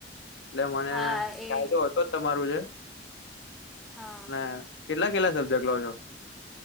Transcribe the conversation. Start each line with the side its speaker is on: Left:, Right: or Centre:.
Left: એટલે મને
Centre: હા
Left: કાયદો
Centre: એ
Left: હતો જ તમારું જે
Centre: હા
Left: ને કેટલા કેટલા સબ્ક્ટ લો છો.